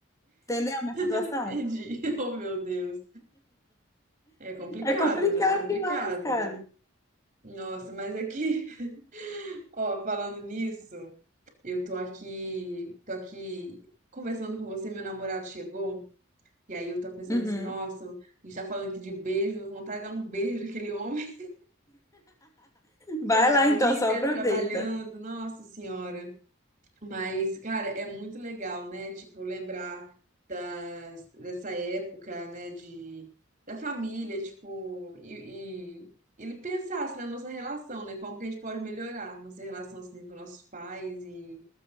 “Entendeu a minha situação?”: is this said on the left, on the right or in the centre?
Left